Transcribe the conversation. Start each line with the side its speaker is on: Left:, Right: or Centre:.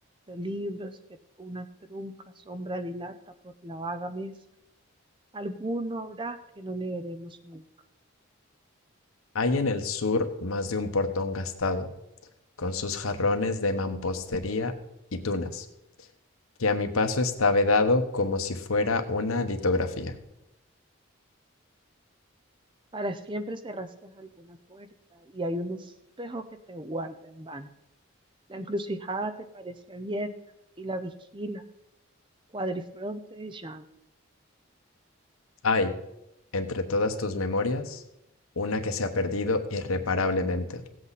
Right: de libros que una trunca sombra dilata por la vaga mesa, alguno habrá que no leeremos nunca.
Left: Hay en el sur más de un portón gastado, con sus jarrones de mampostería y tunas, que a mi paso está vedado como si fuera una litografía.
Right: Para siempre cerraste alguna puerta y hay un espejo que te guarda en vano. La encrucijada te parece abierta y la vigila, cuadrifronte y llana.
Left: Hay, entre todas tus memorias, una que se ha perdido irreparablemente.